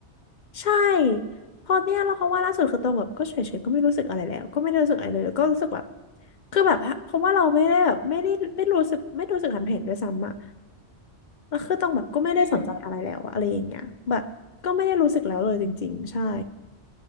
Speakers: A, on the left; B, on the right.
A: ใช่พอเนี่ยแล้วเขาว่าล่าสุดคือตองแบบก็เฉยๆก็ไม่รู้สึกอะไรแล้วก็ไม่ได้รู้สึกอะไรเลยแล้วก็รู้สึกแบบคือแบบเพราะว่าเราไม่ได้แบบไม่ได้ไม่รู้สึกไม่รู้สึกหันเห็นด้วยซ้ำอะแล้วคือตองแบบก็ไม่ได้สนใจอะไรแล้วอะอะไรอย่างเงี้ยแบบก็ไม่ได้รู้สึกแล้วเลยจริงๆใช่
B: อืม